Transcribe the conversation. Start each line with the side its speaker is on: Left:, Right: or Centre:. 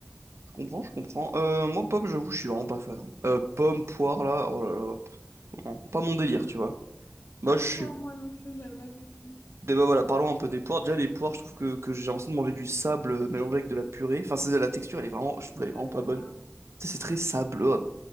Right: Je comprends, je comprends. Euh, moi, pomme, j'avoue, je suis vraiment pas fan. hein. Euh, pomme, poire, là, oh là là, pff, non, pas mon délire,
Left: Quoi?
Right: tu vois. Moi,
Left: Ah,
Right: je suis...
Left: poire, moi non plus, j'aime pas du tout.
Right: Dé- bah, voilà, parlons un peu des poires. Déjà, les poires, je trouve que, que j'ai l'impression de manger du sable euh, mélangé avec de la purée. Enfin, c'est la texture, elle est vraiment... Je trouve elle est vraiment
Left: Ouais,
Right: pas
Left: j'aime
Right: bonne.
Left: pas.
Right: Tu sais, c'est très sableux.